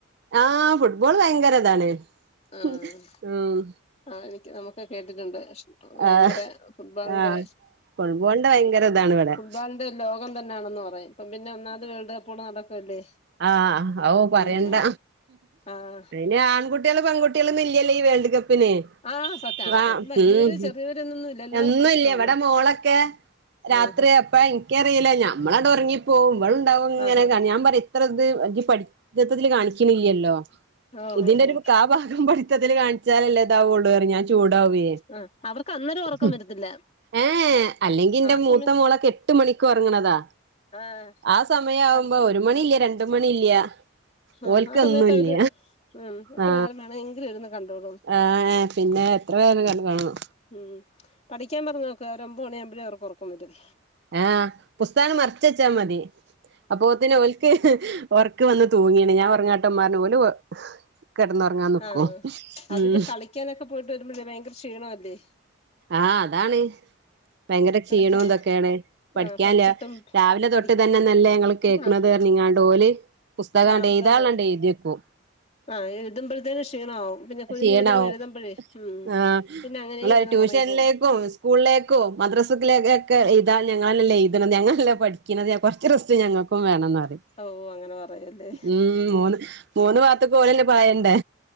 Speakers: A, on the right (about 50°); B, on the left (about 30°).
A: ആഹ് ഫുട്ബോൾ ഭയങ്കരതാണ്.
B: ആഹ്
A: ഉം ആഹ്
B: ആഹ് നി ക്ക്‌ നമുക്ക് കേട്ടിട്ടുണ്ട്. ഷ് വയങ്കര
A: ആഹ്
B: ഫുട്ബോളിന്റെ
A: ആഹ് ഫുട്ബോളിന്റെ ഭയങ്കര ഇതാണ് ഇവിടെ
B: ഫുട്ബോളിന്റെ ലോകം തന്നെയാണെന്ന് പറയും. ഇപ്പം പിന്നെ ഒന്നാമത് വേൾഡ് കപ്പൂടെ നടക്കുവല്ലേ
A: ആഹ് ഓഹ് പറയണ്ട.
B: ഉം ആഹ്
A: ഇനി ആൺകുട്ടിള് പെൺകു ട്ട്യേള്ന്ന് ഇല്ല്യല്ല് ഈ വേൾഡ് കപ്പ് പിനേ
B: ആഹ് സത്യ
A: ആഹ്
B: അത് വലിയവര്
A: ഉം
B: ചെറിയവരെന്നൊന്നുല്ല എല്ലാർക്കും
A: എന്നുംല്ല
B: ഇഷ്ടമാണ്
A: ഇവടെ മോളൊക്കെ രാത്രി
B: ആഹ്
A: അപ്പ ഇൻക്കറിയില ഞമ്മളട് ഒർങ്ങി പോ വെൾണ്ടാവും ഇങ്ങനൊക്കെണ്
B: ആഹ് ആഹ്
A: ഞാൻ പർയാ ഇത്ര ഇത് അൻക്കി പഠി ര്ത്തത്തില് കാണിക്ണില്ലല്ലോ.
B: ഓഹ്
A: ഇതിന്റെ
B: ഓഹ്
A: ഒരു
B: ഓഹ്
A: കാ ഭാഗം പഠിത്തത്തിൽ കാണിച്ചാലല്ലേ ഇതാവോള്ളറി ഞാൻ ചൂടാവേ.
B: ആഹ് അവർക്ക് അന്നേരം ഉറക്കം
A: ഉം
B: വരത്തില്ല
A: ഏഹ് ഏഹ് അല്ലെങ്കി ൻ്റെ
B: ആ
A: മൂത്ത
B: സമയത്ത്
A: മോളക്കെ എട്ട് മണിക്ക് ഉറങ്ണതാ.
B: ആഹ്
A: ആ സമയം ആവുമ്പോ
B: പഠി
A: ഒരു മണി ക്ക് രണ്ട് മണി ഇല്ല
B: ആഹ്
A: ഓൽക്കൊന്നുല്ല
B: ആ സമയത്ത് അവര് ഉം എത്ര
A: ആ
B: നേരം വേണമെങ്കിലും ഇരുന്ന് കണ്ടോളും
A: ആ പിന്നെ എത്ര പേര് കണ്ട് കാണുവോ
B: ഉം പഠിക്കാൻ പറഞ്ഞ കേറും ഒൻപത് മണിയമ്പഴേ അവർക്ക് ഉറക്കം വരും
A: ആ പുസ്തകം മറിച്ച് വച്ചാ മതി അപ്പൊ തന്നെ ഓൽക്ക് ഉറക്കം വന്ന് തൂങ്ങിയാണ് ഞാൻ ഉറങ്ങാ ട്ടമ്മാ പറഞ്ഞ് ഓല് കെടന്നൊറങ്ങാൻ നിക്കും
B: ആ അതില്ല
A: ഉം
B: കളിക്കാനൊക്കെ പോയിട്ട് വരുമ്പഴേ ഭയങ്കര ക്ഷീണം അല്ലേ
A: ആ അതാണ് ഭയങ്കര ക്ഷീണവും
B: കളിക്കാൻ
A: ഇതൊക്കെയാണ് പഠിക്കാൻ
B: ആഹ് പഠിച്ചിട്ടും
A: ഇല്ല രാവിലെ
B: പഠി
A: തൊട്ട് ഇത് തന്നല്ലേ ഞങ്ങള് കേക്കണത്
B: ആഹ്
A: പറഞ്ഞിങ്ങാണ്ട് ഓല് പുസ്തകം
B: ആഹ്
A: അങ്ങട്
B: അതാണ്
A: എഴുതാനുള്ളത് എഴുതിവക്കും
B: ആഹ് എഴുതുമ്പഴുത്തേനും ക്ഷീണാവും പിന്നെ കുനിഞ്ഞിരുന്നങ്
A: ക്ഷീണാവും
B: എഴുതമ്പഴേ ഉം
A: ആഹ്
B: പിന്നെ അങ്ങനെ
A: ങ്ങളെ
B: ഇരുന്ന്
A: ട്യൂഷനിലേക്കും
B: ഉറങ്ങിപ്പോവും
A: സ്കൂളിലേക്കും മദ്രസത്തിലേക്കും ഒക്കെ എഴുതാൻ ഞങ്ങളല്ല എഴുതണത് ഞങ്ങളല്ലേ പഠിക്കണത് കുറച്ച് റെസ്റ്റ് ഞങ്ങക്കും വേണംന്ന് പറയും
B: ഓ അങ്ങനെ പറയല്ലേ
A: ഉം മൂന്ന് മൂന്ന് ഭാഗത്തേക്കും ഓലല്ലേ പായണ്ടേ